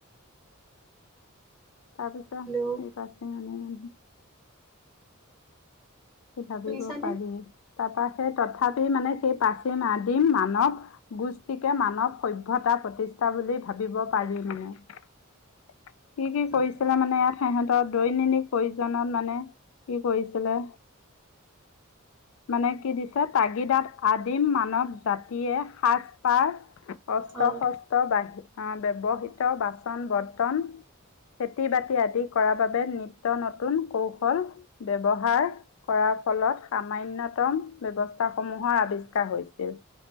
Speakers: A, on the left; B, in the centre.
A: তাৰ পিছত
B: হেল্ল'
A: এই পাছে মানে ম ভাবিব
B: শুনিছানে?
A: পাৰি। তাৰপৰা সেই তথাপি মানে, সেই প্ৰাচীন আদিম মানৱ গোষ্ঠীকে মানৱ সভ্যতা‌ প্ৰতিষ্ঠা বুলি ভাবিব পাৰি মানে। কি কি
B: উম
A: কৰিছিলে? মানে সেহ তো দৈনিনিক প্ৰয়োজনত মানে কি কৰিছিলে? মানে কি দিছে, তাগিদাত আদিম মানৱ জাতিয়ে সাজ-পাৰ অস্ত্ৰ-শস্ত
B: অঁ
A: বাঢ়ি অ', ব্যৱহৃত বাচন-বৰ্তন, খেতি-বাতি আদি কৰাৰ বাবে নিত্য নতুন কৌশল ব্যৱহাৰ কৰাৰ ফলত সামান্যতম ব্যৱস্থাসমূহৰ আৱিষ্কাৰ হৈছিল।